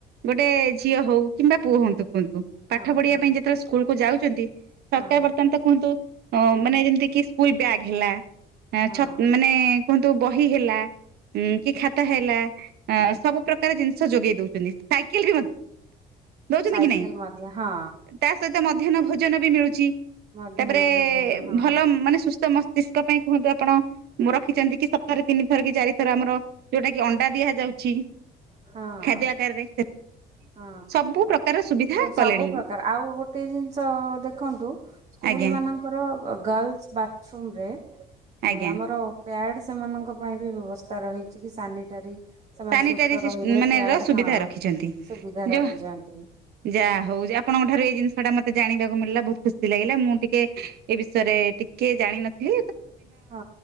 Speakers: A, on the right (about 70°); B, on the right (about 40°).
A: ଗୋଟେ ପେଜ୍ ଝିଅ ହଉ କିମ୍ବା ପୁ ହଅନ୍ତୁ କୁହନ୍ତୁ ପାଠ
B: ହଁ
A: ପଢିବା
B: ହଁ
A: ପାଇଁ ଯେତେବେଳେ ସ୍କୁଲକୁୁ ଯାଉ <inaudible> ସରକାର
B: ହଁ
A: ବର୍ତ୍ତମାନ ତ କୁହନ୍ତୁ- ଅ ମାନେ ଯେମିତି କି ସ୍କୁଲ ବ୍ୟାଗ୍ ହେଲା, ହ
B: ହଁ
A: ଛ ମାନେ ଦେଖନ୍ତୁ ବହି ହେଲା, ହୁଁ କି ଖାତା ହେଲା ଏ ସବୁ ପ୍ରକାର ଜିନିଷ ଯୋଗେଇ ଦଉଛନ୍ତି ସାଇକେଲ ଦଉଛନ୍ତି
B: ସାଇକେଲ
A: କି ନାଇଁ
B: ମା ହଁ।
A: ତା ସହିତ ମଧ୍ୟାହ୍ନ ଭୋଜନ ବି ମିଳୁଛି।
B: ମଧ୍ୟାହ୍ନ
A: ତାପରେ
B: ଭୋଜନ ହଁ
A: ଭଲ ମାନେ ମସ୍ତିଷ୍କ ପାଇଁ କୁହନ୍ତୁ ଆପଣ ରଖିଛନ୍ତି କି ସପ୍ତାହରେ ତିନି ଥର କି ଚାରି ଥର ଆମର ଯୋଉଟା କି ଅଣ୍ଡା ଦିଆଯାଉଛି
B: ହଁ
A: ଖାଦ୍ୟ ଆକାରରେ
B: ହଁ
A: ସବୁ ପ୍ରକାର ସୁବିଧା
B: ସବୁ
A: କଲେଣି
B: ପ୍ରକାର ଆଉ ଗୋଟେ ଜିନିଷ ଦେଖନ୍ତୁ ସ୍କୁଲ
A: ଆଜ୍ଞା
B: ମାନଙ୍କର ଗଲସ ବାଥରୁମ ରେ
A: ଆଜ୍ଞା
B: ଆମର ପ୍ୟାଡ ସେମାନଙ୍କ ପାଇଁ ବି ବ୍ୟବସ୍ଥା ରହିଛି। କି ସାନିଟାରୀ ସେମାନେ
A: ସାନିଟାରି
B: ସୁସ୍ଥ ରହିବେ
A: ମାନେ
B: ପ୍ୟାଡ୍
A: ର ସୁବିଧା
B: ହଁ
A: ରଖିଛନ୍ତି
B: ସୁବିଧା
A: ଯ
B: ରଖିଛନ୍ତି
A: ଯାହା ହଉ ଆପଣଙ୍କ ଠାରୁ ଏଇ ଜିନିଷ ଟା ମତେ ଜାଣିବାକୁ ମିଳିଲା। ଖୁସି ଲାଗିଲା ମୁଁ ଟିକେ ଏ ବିଷୟରେ ଟିକେ ଜାଣିିନଥିଲି।
B: ହଁ